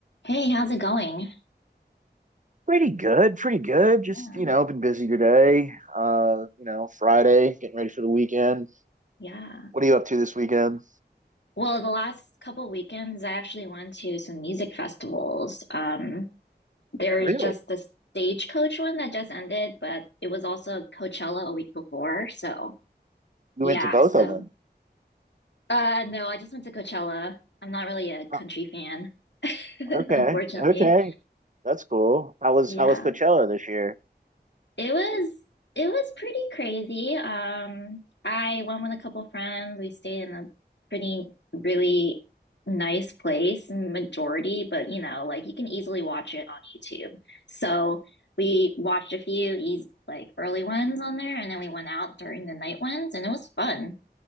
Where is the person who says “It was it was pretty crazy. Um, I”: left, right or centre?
Left